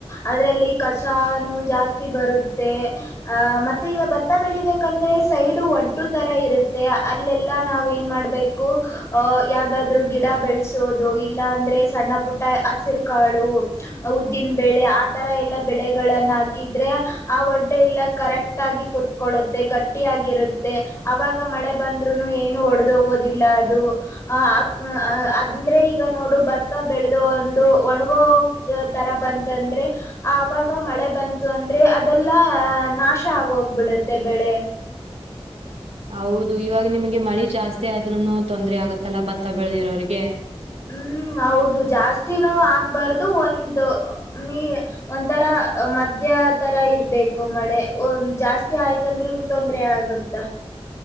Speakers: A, on the left; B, on the right.
A: ಅದ್ರಲ್ಲಿ ಕಸಾನು ಜಾಸ್ತಿ ಬರುತ್ತೆ ಅಹ ಮತ್ತೆ ಈಗ ಭತ್ತ ಬೆಳಿಬೇಕಂದ್ರೆ ಸೈಡು ಒಡ್ಡ ತರ ಇರುತ್ತೆ ಅಲ್ಲೆಲ್ಲಾ ನಾವ ಏನ್ ಮಾಡ್ಬೇಕು ಅಹ ಯಾವ್ದಾದ್ರು ಗಿಡ ಬೆಳೆಸೋದು ಇಲ್ಲಾ ಅಂದ್ರೆ ಸಣ್ಣ ಪುಟ್ಟ ಹಸಿರು ಕಾಳು ಉದ್ದಿನ ಬೆಳೆ ಆತರ ಎಲ್ಲ ಬೆಳೆಗಳನ್ನ ಹಾಕಿದ್ರೆ ಆ ಒಡ್ಡೆ ಎಲ್ಲ ಕರೆಕ್ಟ್ ಆಗಿ ಕುೂತ್ಕೊಳ್ಳುತ್ತೆ ಗಟ್ಟಿಯಾಗಿರುತ್ತೆ ಅವಾಗ ಆಗ ಮಳೆ ಬಂದ್ರುನು ಏನು ಒಡೆದೋಗೋದಿಲ್ಲ ಅದು ಹ ಅಂದ್ರೆ ಈ ಈಗ ನೋಡು ಭತ್ತ ಬೆಳೆದು ಒಂದು ಒಣಗೋ ತರ ಬಂತ ಅಂದ್ರೆ ಆವಾಗ ಮಳೆ ಬಂತು ಅಂದ್ರೆ ಅದೆಲ್ಲಾ ನಾಶ ಆಗೋಗ್ಬಿಡುತ್ತೆ ಬೆಳೆ
B: ಹೌದು ಇವಾಗ ನಿಮ್ಗೆ ಮಳೆ ಜಾಸ್ತಿ ಆದ್ೂನು ತೊಂದ್ರ ಆಗುತ್ತಲ್ಲ ಭತ್ತ ಬೆಳೆದಿರೋ್ರಿಗೆ
A: ಹ್ಮ್ ಹೌದು ಜಾಸ್ತಿನೂ ಆಗ್ಬಾರ್ದು ಒಂದು ಮ ಒಂಥರ ಮಧ್ಯ ತರ ಇರ್ಬೇಕು ಮಳೆ ಒ್ ಜಾಸ್ತಿ ಆಯ್ತ ಅದ್ರುನು ತೊಂದ್ರ ಆಗುತ್ತ